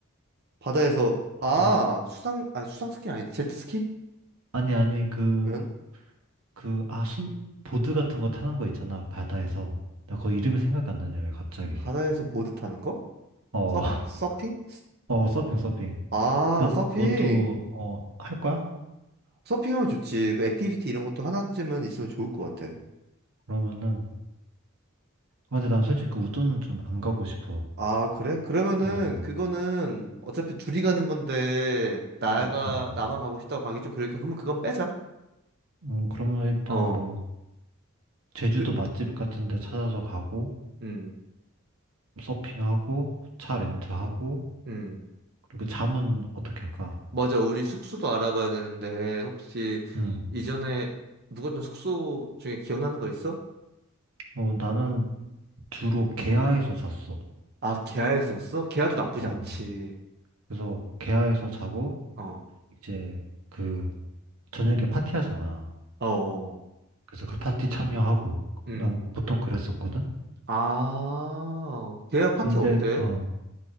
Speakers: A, on the right; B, on the right.
A: 바다에서
B: 아.
A: 아 수상 아 수상 스키 아니다 제트스키?
B: 아니, 아니, 그
A: 면
B: 그, 아, 순, 보드 같은 거 타는 거 있잖아, 바다에서. 나 그거 이름이 생각이 안 나냐, 왜 갑자기.
A: 바다에서 보드 타는 거?
B: 어,
A: 서
B: <laughs>
A: 서핑?
B: 어, 서핑, 서핑.
A: 아
B: 그것,
A: 서핑.
B: 그것도, 어, 할 거야?
A: 서핑하면 좋지. 그 액티비티 이런 것도 하나쯤은 있으면 좋을 것 같아.
B: 그러면은, 아, 근데 난 솔직히 우도는 좀 안 가고 싶어.
A: 아, 그래? 그러면은
B: 어,
A: 그거는 어차피 둘이 가는 건데 나가
B: 어, 어. 어.
A: 나만 가고 싶다고 가기 좀 그러니까 그러면 그건 빼자.
B: 음, 그러면 일단
A: 어.
B: 뭐, 제주도
A: 그
B: 맛집 같은 데 찾아서 가고,
A: 음.
B: 서핑하고, 차 렌트하고,
A: 음.
B: 그리고 잠은 어떻게 할까?
A: 맞아. 우리 숙소도 알아봐야 되는데 혹시
B: 음,
A: 이전에 묵었던 숙소 중에 기억나는 거 있어?
B: 어, 나는 주로 계야에서 잤어.
A: 아, 계야에서였어? 계야도 나쁘지
B: 어,
A: 않지.
B: 그래서 계야에서 자고,
A: 어.
B: 이제 그 저녁에 파티하잖아.
A: 어.
B: 그래서 그 파티 참여하고
A: 음.
B: 난 보통 그랬었거든.
A: 아. 계야 파티
B: 근데
A: 어때?
B: 어,